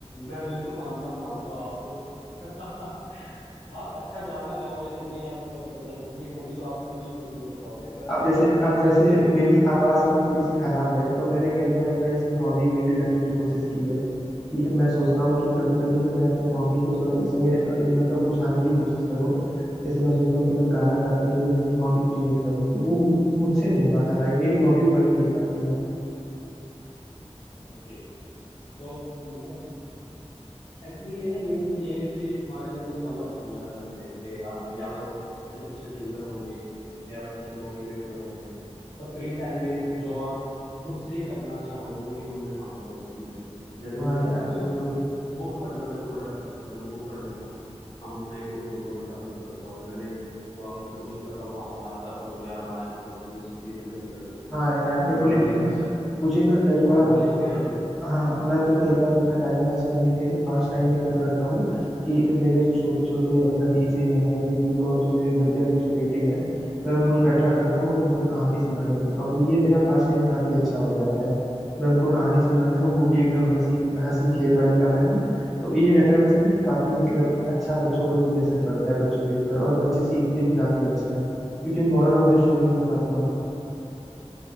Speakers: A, on the left (about 50°); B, in the centre.
A: मैं बिल्कुल मानता हूँ मानता हूँ आपको <laughs> आप अच्छा गाना गाओगे तभी आप अ, मतलब ये हॉबी तो आप तभी प्रस्यू कर पाओगे और अगर
B: अब जैसे
A: आपकी
B: अब
A: ऐसी
B: जैसे
A: हॉबी है
B: मेरी
A: तो
B: आवाज
A: <laughs>
B: ना थोड़ी सी खराब है तो मैंने कई बार अपना इसमें हॉबी बिल्ड करने की कोशिश की है कि मैं सोचता हूँ कि कभी कभी ना मैं अपने हॉबी को थोड़ा इसमें ये मतलब घुसाने की कोशिश करूँ जैसे मैं सोचता हूँ कि मैं गाना गाते हुए अपनी हॉबी क्रिएट कर लूँ तो वो मुझसे नहीं हो पाता भाई मेरी हॉबी वो बनी नहीं पाती है
A: ओके तो मतलब एक्चुअली ये ना ये भी ये भी एक हमारे अंदर एक कला होती है अलग से कि आप या तो अच्छे सिंगर होंगे या आप अच्छे मोटिवेटर होंगे पर फ्री टाइम में जो आप खुद से करना चाहो वही हम मैं मानता हूँ हॉबी से जैसे
B: हाँ
A: मैं
B: यार
A: कभी कभी मैं बुक बुक पढ़ना मेरे को बड़ा अच्छा लगता है मैं बुक पढ़ लेता हूँ हम मैं एक एक दो दो घंटा बुक पढ़ता हूँ मैंने अ, मैं कोशिश करता हूँ महाभारत पढ़ूँ या रामायण पढ़ूँ तो ये सब चीज़ें मैंने पढ़ी हुई हैं
B: हाँ यार
A: तो
B: देखो
A: बड़ा बढ़िया
B: लेकिन
A: लगता है
B: मुझे ना कई बार
A: और नॉलेज
B: मतलब
A: भी आई
B: हाँ मैं तो कई बार अपना टाइम पास करने के लिए ना पास टाइम में क्या करता हूँ कि मेरे जो छोटे छोटे भतीजे हैं या फिर यूँ कहो तो मेरे भैया के जो बेटे हैं मैं उनको इकट्ठा करता हूँ और उनको कहानी सुनाने लगता हूँ तो ये मेरा पास टाइम काफी अच्छा हो जाता है मैं उनको कहानी सुनाता हूँ वो भी एकदम हंसी हंसी खेल वाली कहानी तो ये रहता है उनसे ना कि काफी मतलब अच्छा बच्चों को इम्प्रेशन पड़ता है बच्चों के ऊपर और बच्चे सीखते भी काफी अच्छा है क्योंकि मॉरल ऑफ द स्टोरी भी बताता हूँ